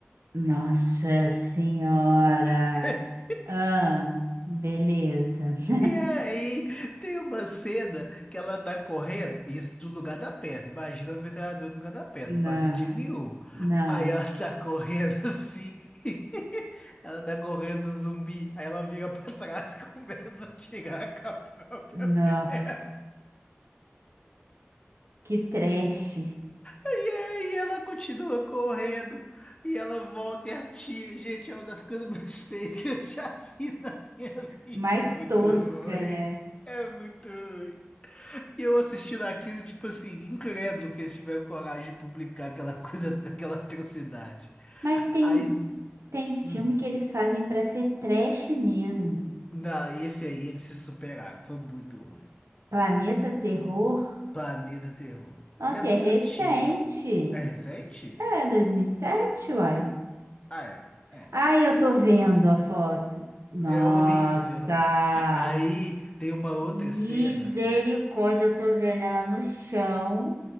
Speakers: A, on the right; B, on the left.
A: Nossa Senhora!
B: <laughs>
A: Ah, beleza. <laughs>
B: E aí, tem uma cena que ela tá correndo, isso do lugar da perna. Imagina o metralhador no lugar da perna,
A: Nossa,
B: não faz sentido nenhum.
A: não.
B: Aí ela tá correndo assim, <laughs> ela tá correndo zumbi, aí ela vira pra trás <laughs> e começa a tirar com a própria perna.
A: Nossa, que trash.
B: E aí ela continua correndo e ela volta e atira. Gente, é uma das coisas mais <laughs> feias que eu já vi na minha vida.
A: Mais
B: É muito
A: tosca,
B: ruim.
A: né?
B: É muito ruim. E eu assistindo aquilo, tipo assim, incrédulo que eles tiveram coragem de publicar aquela <laughs> coisa, aquela atrocidade.
A: Mas tem,
B: Aí,
A: tem filme
B: hum,
A: que eles fazem pra ser trash mesmo.
B: não, esse aí eles se superaram. Foi muito ruim.
A: Planeta Terror.
B: Planeta Terror.
A: Nossa,
B: Ele é muito
A: e é recente.
B: antigo. É recente?
A: É, 2007, uai.
B: Ah, é. É.
A: Ai, eu tô vendo a foto. Nossa!
B: É horrível. Aí tem uma outra
A: Misericórdia,
B: cena.
A: eu tô vendo ela no chão,